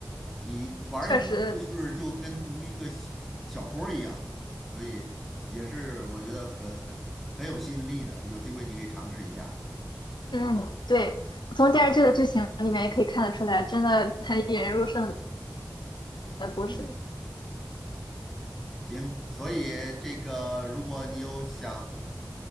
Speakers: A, in the centre; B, on the left.
A: 你玩一个故事，
B: 确实，
A: 就跟读一个小小说儿一样，所以也是我觉得很很很有吸引力的。有机会你可以尝试一下。
B: 嗯，对，从电视剧的剧情里面也可以看得出来，真的很引人入胜的故事。
A: 嗯，行。所以这个，如果你有想